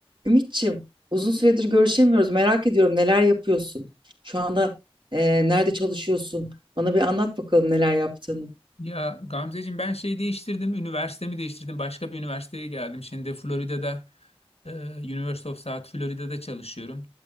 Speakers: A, on the right (about 50°); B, on the left (about 85°).
A: Ümitçim, uzun süredir görüşemiyoruz. Merak ediyorum neler yapıyorsun? Şu anda e, nerede çalışıyorsun? Bana bir anlat bakalım neler yaptığını.
B: Ya Gamzeciğim ben şey değiştirdim, üniversitemi değiştirdim. Başka bir üniversiteye geldim. Şimdi Florida'da e, University of South Florida'da çalışıyorum.